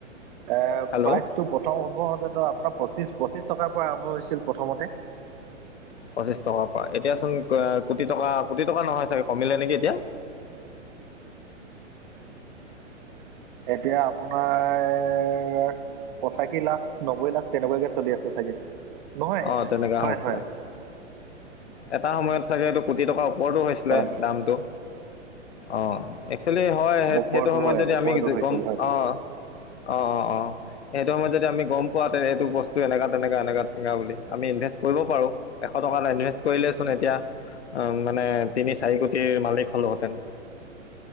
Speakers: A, on the right; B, on the left.
A: এ
B: হেল্ল'
A: প্ৰাইজটো প্ৰথম উভ হতে আপোনাৰ পঁচিশ পঁচিশ টকাৰ পৰা আৰম্ভ হৈছিল প্ৰথমতে
B: পঁচিশ টকাৰ পৰা এতিয়া চোন কোটি টকা কোটি টকা নহয় চাগে কমিলে নেকি? কিয়।
A: এতিয়া আপোনাৰ পঁচাশী লাখ নব্বৈ লাখ তেনেকুৱাকে চলি আছে চাগে নহয়
B: অঁ তেনেকুৱা
A: হয়
B: হৈছিলে
A: হয়
B: এটা সময়ত চাগে এইটো কোটি টকাৰ ওপৰতো হৈছিলে
A: হয়
B: দামটো অ একচোৱেলি হয় সেই
A: ওপৰতো
B: সেইটো সময়ত
A: হয়
B: যদি
A: ওপৰতো
B: আমি
A: হৈছিল
B: গম
A: হয়।
B: অঁ অঁ অঁ অঁ সেইটো সময়ত যদি আমি গম পোৱা তে এইটো বস্তু এনেককা তেনেককা এনেকা তেনেকা বুলি আমি ইনভেষ্ট কৰিব পাৰো। এশ টকা নাই। কৰিলেচোন এতিয়া উ মানে তিনি চাৰি কোটিৰ মালিক হ'লো হেতেন